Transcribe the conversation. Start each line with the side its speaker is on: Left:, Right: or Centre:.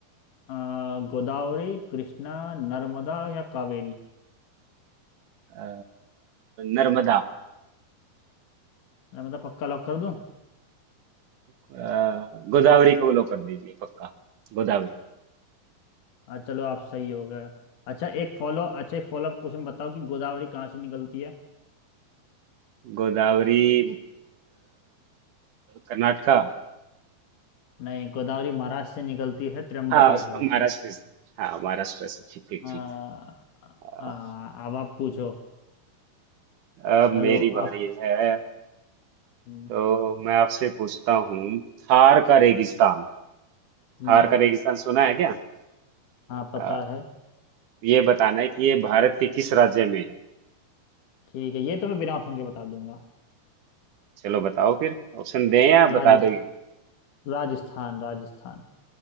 Left: आ, गोदावरी कृष्णा नर्मदा या कावेरी
Right: अ, नर्मदा
Left: नर्मदा पक्का लॉक कर दूं
Right: अ, गोदावरी को लो कर दीजिए पक्का गोदावरी
Left: हाँ चलो आप सही हो गए अच्छा एक फॉलो अच्छा एक फॉलो अप क्वेश्चन बताओ कि गोदावरी कहाँ से निकलती है
Right: गोदावरी अ, कर्नाटका
Left: नहीं गोदावरी महाराष्ट्र से निकलती है त्र्यंबकेश्वर
Right: हाँ महाराष्ट्र
Left: से
Right: से हाँ महाराष्ट्र से ठीक ठीक
Left: आ,
Right: ठीक अ,
Left: आ, अब आप पूछो
Right: अब
Left: चलो
Right: मेरी बारी
Left: आप
Right: है
Left: हम्म
Right: तो मैं आपसे पूछता हूँ थार का रेगिस्तान
Left: हम्म,
Right: थार का रेगिस्तान सुना है क्या
Left: हाँ
Right: हाँ,
Left: पता है
Right: ये बताना है कि ये भारत के किस राज्य में है
Left: ठीक है ये तो मैं बिना ऑप्शन के बता दूंगा
Right: चलो बताओ फिर ऑप्शन दें या
Left: राजस्थ
Right: बता दोगे
Left: राजस्थान राजस्थान